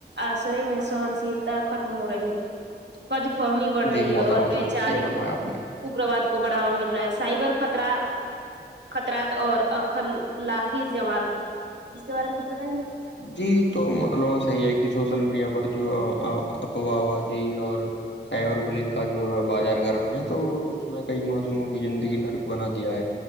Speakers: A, on the right (about 80°); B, on the left (about 85°).
A: آسرے میں سہن شیلتا ختم ہو رہی ہے
B: <inaudible>
A: قج فہمی بڑھ رہی
B: جی محترما
A: ہے اور وچارک
B: سب صحیح فرمایا آپ نے
A: اگرواد کو بڑھاوا مل رہا ہے سائبر خطر خطرات اور اخ کی جوال اس کے بارے میں کچھ بتائیں گے
B: جی تو مطلب وہاں صحیح ہے کہ سوشل میڈیا پر جو اپوا جی اور سیور بولنکا جو بازار گرم ہے تو اس میں کئی موسموں کی زندگی نرک بنا دیا ہے